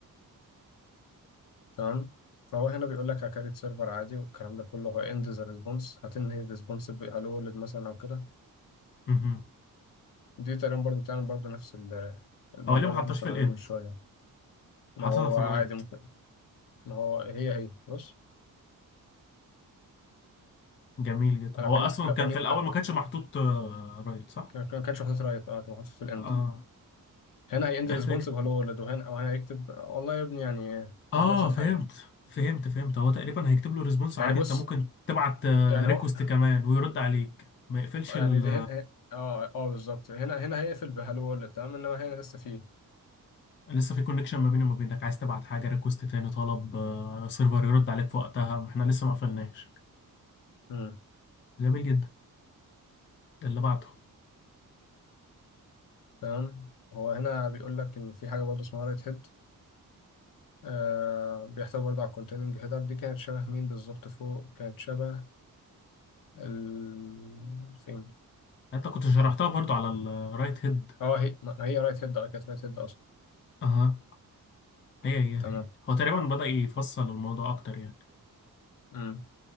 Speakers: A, on the left; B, on the left.
A: تمام فهو هنا بيقول لك هكريت سيرفر عادي والكلام ده كله هو اند ذا ريسبونس هتنهي الريسبونس هلو ولد مثلا او كده
B: مهم.
A: دي تقريبا برضو بتعمل برضو نفس ال- الموضوع
B: هو ليه ما
A: اللي
B: حطوش
A: احنا كنا
B: في الاند
A: عاملينه من شويه ما
B: حطيتها
A: هو
B: في الرايت
A: عادي ممكن ما هو هي هي بص
B: جميل جدا
A: لو
B: هو
A: كان
B: اصلا
A: لو
B: كان
A: كان
B: في
A: لا
B: الاول ما كانش محطوط آه، رايت صح
A: كان كان- كانش محطوط رايت اه كان محطوط في الاند
B: اه
A: هنا هيند
B: ايه
A: ريسبونس
B: الفكره
A: بهلو ولد وهنا او هنا يكتب والله يا ابني يعني
B: اه
A: بس نفس الحاجة
B: فهمت فهمت فهمت هو تقريبا هيكتب له ريسبونس
A: يعني
B: عادي
A: بص
B: انت ممكن تبعت
A: يعني
B: ريكوست
A: هو
B: كمان ويرد عليك ما يقفلش
A: يعني
B: ال
A: دي هنا اه اه بالظبط هنا هنا هيقفل بهالو وورلد تمام انما هنا لسه فيه
B: لسه في كونكشن ما بيني وما بينك عايز تبعت حاجه ريكوست تاني طلب آه، سيرفر يرد عليك في وقتها احنا لسه ما قفلناش
A: امم
B: جميل جدا ده اللي بعده
A: تمام هو هنا بيقول لك ان في حاجه برضه اسمها رايت هيد آه بيحتوي برضه على الكونتيننج هيدر دي كانت شبه مين بالظبط فوق كانت شبه ال فين
B: انت كنت شرحتها برضو على الرايت هيد
A: اه هي ما هي رايت هيد اه كانت رايت هيد اصلا
B: اها هي هي هي
A: تمام
B: هو تقريبا بدأ يفصل الموضوع اكتر يعني
A: امم